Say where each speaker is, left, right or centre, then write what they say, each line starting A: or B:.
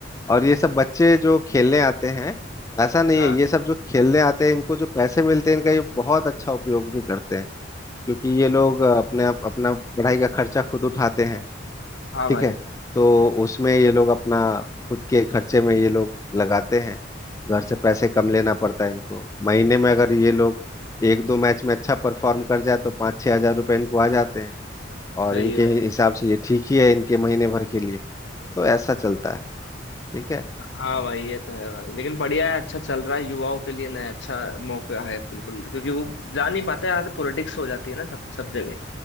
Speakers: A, on the left; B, on the left.
A: और ये सब बच्चे जो खेलने आते हैं ऐसा नहीं
B: हाँ
A: है ये सब जो खेलने आते हैं इनको जो पैसे मिलते हैं इनका ये बहुत अच्छा उपयोग भी करते हैं क्योंकि ये लोग अपने अपना पढ़ाई का खर्चा खुद उठाते हैं
B: हाँ
A: ठीक
B: भाई
A: है तो उसमें ये लोग अपना खुद के खर्चे में ये लोग लगाते हैं घर से पैसे कम लेना पड़ता है इनको महीने में अगर ये लोग एक दो मैच में अच्छा परफॉर्म कर जाए तो पाँच छह हजार रुपये इनको आ जाते हैं और
B: सही
A: इनके
B: है भाई
A: हिसाब से ये ठीक ही है इनके महीने भर के लिए तो ऐसा चलता है ठीक है
B: हाँ भाई ये तो है भाई लेकिन बढ़िया है अच्छा चल रहा है युवाओं के लिए नया अच्छा मौका है बिल्कुल क्योंकि वो जा नहीं पाते यहाँ तो पॉलिटिक्स हो जाती है ना सब कुछ, सब जगह